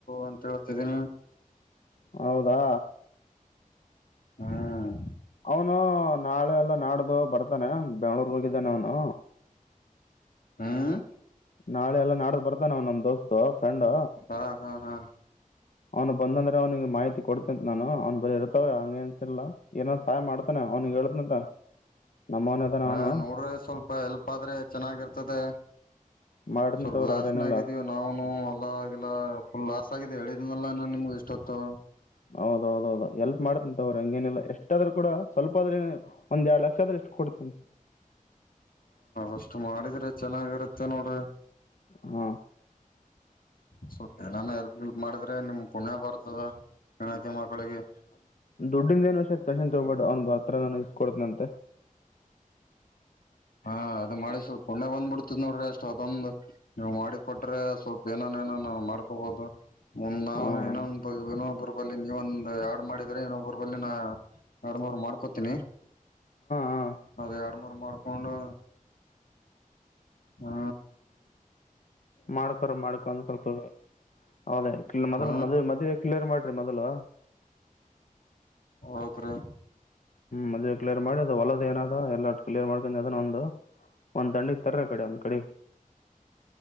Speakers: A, on the left; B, on the left.
A: ಅಂತ ಹೇಳ್ತಿದೀನಿ.
B: ಹೌದಾ
A: ಹ್ಮ್
B: ಅವನು ನಾಳೆ ಎಲ್ಲ ನಾಡ್ದ ಬರ್ತಾನೆ ಬೆಂಗಳೂರ್ಗ್ ಹೋಗಿದ್ದಾನೆ ಅವನು.
A: ಹಾ <unintelligible>
B: ನಾಳೆ ಎಲ್ಲ ನಾಡ್ದ್ ಬರ್ತಾನ ಅವನು ನಮ್ ದೋಸ್ತು ಫ್ರೆಂಡ್.
A: ಹಾ ಹಾ ಹಾ
B: ಅವ್ನು ಬಂದಂದ್ರೆ ಅವ್ನಿಗೆ ಮಾಹಿತಿ ಕೊಡ್ತೆನೆ ನಾನು ಅವ್ನ್ ಬಳಿ ಇರ್ತವ ಹಂಗೆಂತಿಲ್ಲಾ. ಏನಾದ್ರೂ ಸಹಾಯ ಮಾಡ್ತಾನ ಅವ್ನಿಗೆ ಹೇಳ್ತನಂತ ನಮ್ಮವನ ಅದಾನ
A: ಹಾ
B: ಅವನು
A: ನೋಡ್ರಿ ಸ್ವಲ್ಪ ಎಲ್ಪ್ ಆದ್ರೆ ಚೆನ್ನಾಗಿರ್ತದೆ.
B: ಮಾಡ್ತನ್
A: ಸ್ವಲ್ಪ
B: ತಗೋರಿ
A: ಲಾಸ್ಟ್ನಾ
B: ಅದ್ರೇನಿಲ್ಲ
A: ಗಿದ್ದೀವಿ. ನಾನು ಹೊಲ ಗಿಲ ಫುಲ್ ಲಾಸ್ ಆಗಿದ್ದೀವಿ ಹೇಳಿದ್ನಲ್ಲ ನಾನು ನಿಮಗ್ ಇಷ್ಟೊತ್ತು
B: ಹೌದೌದೌದು ಎಲ್ಪ್ ಮಾಡ್ತೀನಿ ತವ್ರಿ ಹಂಗೇನಿಲ್ಲಾ ಎಷ್ಟಾದ್ರು ಕೂಡ ಸ್ವಲ್ಪ ಆದ್ರ ಏನಾಯ್ತು ಒಂದ್ ಎರಡು ಲಕ್ಷ ಆದ್ರ ಎಷ್ಟುಕ್ ಕೊಡ್ತನ್
A: ಅಷ್ಟು ಮಾಡಿದ್ರೆ ಚೆನ್ನಾಗಿರುತ್ತೆ ನೋಡಿ.
B: ಹಾ
A: ಸ್ವಲ್ಪ ಹೆಲ್ಪ್ ಮಾಡಿದ್ರೆ ಪುಣ್ಯ ಬರುತ್ತೆ ನಿಮ್ಮ ಹೆಂಡತಿ ಮಕ್ಕಳಿಗೆ
B: ದುಡ್ಡಿನ ಬಗ್ಗೆ ತಲೆ ಕೆಡಿಸ್ಕೋಬೇಡಿ ನಾನು ಇಸ್ ಕೊಡ್ತೀನಿ
A: ಹಾ ಅದು ಮಾಡಿ ಸ್ವಲ್ಪ ಪುಣ್ಯ ಬಂದ್ಬ ಬಿಡ್ತದ್ ನೋಡ್ರಿ ಅಷ್ಟ್ ಅದೊಂದು ನೀವು ಮಾಡಿಕೊಟ್ಟರೆ ಏನಾದರೂ ಮಾಡಿಕೊಳ್ಳಬಹುದು ನಾವ
B: ಹ್ಞೂ
A: ಏನೋ
B: ಹಾಂ
A: ಒಂದು <unintelligible> ನೀವು ಎರಡು ಮಾಡಿದಿರಾ ಇನ್ನೊಬ್ಬರ ಬಲಿ ನಾ ಎರಡು ಮೂರು ಮಾಡ್ಕೋತೀವಿ
B: ಹಾಂ
A: ಅದ ಎರಡು ಮೂರು ಮಾಡ್ಕೊಂಡು ಹ್ಮ
B: ಮಾಡ್ಕೊಳ್ಳ ಮಾಡ್ಕೋ <unintelligible> ಮೊದ್ಲು
A: ಹ
B: ಮದುವೆ ಮುಂಚೆ ಕ್ಲಿಯರ್ ಮಾಡಿ ಮೊದಲು
A: ಹೌದ್ರೀ
B: ಮೊದ್ಲು ಕ್ಲಿಯರ್ ಮಾಡಿ ಹೊಲದಲ್ಲ ಏನದ ಕ್ಲಿಯರ್ ಮಾಡಿ ಅದನೊಂದು ಒಂದ್ ದಂಡಿ ಇ ತರ ಕಡೆ ಒಂದ್ ಕಡೆ